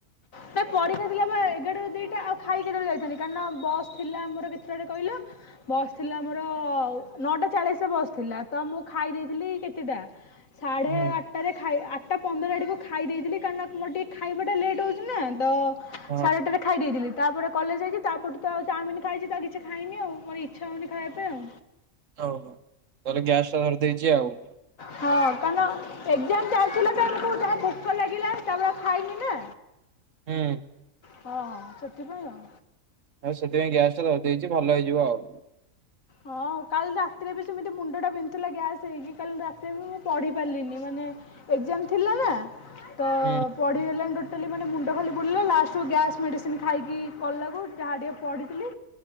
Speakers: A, on the left; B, on the right.
A: ନା ପରୀକ୍ଷା ଥିଲା ବା ଏଗାରଟାରୁ ଦିଟା ଆଉ ଖାଇ କେତବଳେ ଯାଇଥାନ୍ତି କାରଣ ବସ୍ ଥିଲା ଆମର କେତଟାରେ କହିଲ ବସ୍ ଥିଲା ଆମର ନଅଟା ଚାଳିଶରେ ବସ୍ ଥିଲା, ତ ମୁଁ ଖାଇ ଦେଇଥିଲି କେତେଟା ସାଢ଼େ
B: ହୁଁ
A: ଆଠଟାରେ ଖାଇ ଆଠଟା ପନ୍ଦର ଆଡୁକୁ ଖାଇ ଦେଇଥିଲି କାରଣ ମୋର ଟିକେ ଖାଇବାଟା ଲେଟ୍ ହେଉଚି ନା ତ ଶାଢ଼େ
B: ହଁ
A: ଆଠଟା ରେ ଖାଇ ଦେଇଥିଲି ତାପରେ କଲେଜ୍ ଯାଇଚି ତାପରଠୁ ଆଉ ଚାଉମିନି ଖାଇଚି ତ କିଛି ଖାଇନି ଆଉ, ମୋର ଇଚ୍ଛା ହଉନି ଖାଇବା ପାଇଁ ଆଉ।
B: ଓହୋ, ତାହେଲେ ଗ୍ୟାସ୍ ଟା ଧରଦେଇଚି ଆଉ।
A: ହଁ କାରଣ ଏକ୍ଜାମ୍ ଚାଲିଥିଲା ତ ଆମୁକୁ ଯାହା ଭୋକ ଲାଗିଲା ତାପରେ ଆଉ ଖାଇନି ନା।
B: ହୁଁ।
A: ହଁ ସେଥିପାଇଁ ଆଉ।
B: ଆଉ ସେଥିପାଇଁ ଗ୍ୟାସ୍ ଟା ଧରି ଦେଇଚି ଭଲ ହେଇଯିବ ଆଉ।
A: ହଁ କାଲି ରାତିରେ ବି ସେମିତି ମୁଣ୍ଡଟା ବିନ୍ଧୁଥିଲା ଗ୍ୟାସ୍ ହେଇକି, କାଲି ରାତିରେ ବି ମୁଁ ପଢ଼ି ପାରିଲିନି ମାନେ ଏକ୍ଜାମ୍ ଥିଲା ନା, ତ
B: ହୁଁ।
A: ଆଉ ପଢ଼ିହେଲାନି ଟୋଟାଲି ମାନେ ମୁଣ୍ଡ ଖାଲି ବୁଲେଇଲା ଲାଷ୍ଟରୁ ଗ୍ୟାସ୍ ମେଡ଼ିସିନ୍ ଖାଇକି କଲାକୁ ଯାହା ଟିକେ ପଢ଼ିଥିଲି